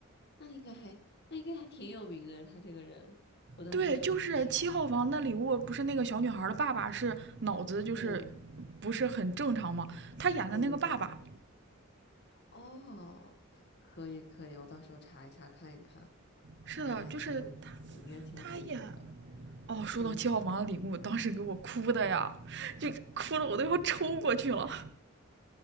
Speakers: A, on the left; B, on the right.
A: 那应该还那应该还挺有名的，他这个人，我到时候查也查一下。
B: 对，就是《七号房的礼物》，不是那个小女孩的爸爸是脑子就是
A: 对对对
B: 不是很正常吗？他演的那个爸爸，
A: 对对对，哦，可以可以，我到时候查一查看一看，
B: 是的，
A: 应该还挺有，
B: 就是他，
A: 我应该挺有水准的。
B: 他演。哦，说到七号房的礼物，
A: 嗯，
B: 当时给我哭的呀，就哭的我都要抽过去了。